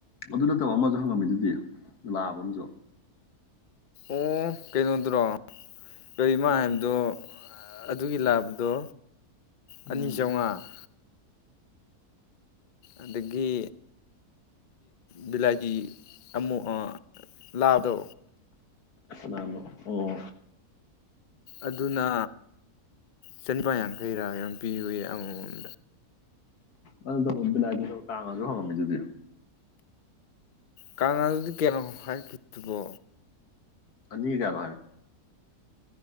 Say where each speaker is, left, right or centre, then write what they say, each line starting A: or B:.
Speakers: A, on the left; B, on the left.
A: ꯑꯗꯨ ꯅꯠꯇꯕ ꯑꯃꯁꯨ ꯍꯪꯉꯝꯃꯤꯗꯨꯗꯤ ꯂꯥꯛꯑꯕ ꯑꯃꯁꯨ
B: ꯑꯣ ꯀꯩꯅꯣꯗ꯭ꯔꯣ ꯀꯔꯤꯃ ꯍꯥꯏꯕꯗꯣ ꯑꯗꯨꯒꯤ ꯂꯥꯕꯗꯣ
A: ꯎꯝ
B: ꯑꯅꯤ ꯆꯥꯝꯃꯉꯥ ꯑꯗꯒꯤ ꯕꯤꯂꯥꯀꯤ ꯑꯃꯛ ꯂꯥꯎꯗ
A: ꯅꯥꯃꯣ ꯑꯣ
B: ꯑꯗꯨꯅ ꯆꯅꯤꯄꯥ ꯌꯥꯡꯈꯩ ꯔꯥ ꯌ ꯄꯤꯌꯨꯏ ꯑꯃꯃꯝꯗ
A: ꯑꯗꯨ ꯇ ꯕꯤꯂꯥꯏꯗꯨꯗ ꯇꯥꯡꯉꯁꯨ ꯍꯪꯉꯝꯃꯤ ꯑꯗꯨꯗꯤ
B: ꯀꯪꯂꯥꯗꯨꯗꯤ ꯀꯩꯅꯣ ꯍꯥꯏꯈꯤꯕꯕꯣ
A: ꯑꯅꯤ ꯀꯌꯥꯅꯅꯨꯡ ꯍꯥꯏꯔꯦ